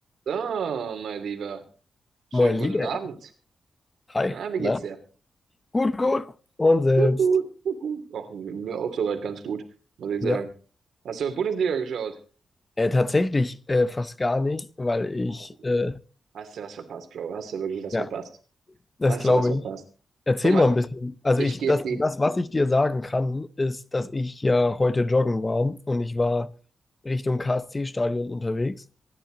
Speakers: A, on the right (about 85°); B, on the left (about 20°).
A: So, mein Lieber. Schönen
B: Moin, lieber
A: guten Abend.
B: Herr. Hi,
A: Na, wie
B: na?
A: geht's dir?
B: Gut, gut. Und selbst.
A: Gut, gut, gut, gut. Ach, mir auch soweit ganz gut, muss ich
B: Ja,
A: sagen. Hast du Bundesliga geschaut?
B: äh, tatsächlich äh, fast gar nicht, weil ich,
A: Oh, Jemine.
B: äh,
A: hast du was verpasst, Bro? Hast du wirklich was
B: ja,
A: verpasst?
B: das
A: Hast
B: glaube
A: du was verpasst?
B: ich. Erzähl
A: Guck mal,
B: mal ein bisschen. Also
A: ich
B: ich,
A: geb
B: das,
A: die.
B: das, was ich dir sagen kann, ist, dass ich ja heute joggen war und ich war Richtung KSC-Stadion unterwegs.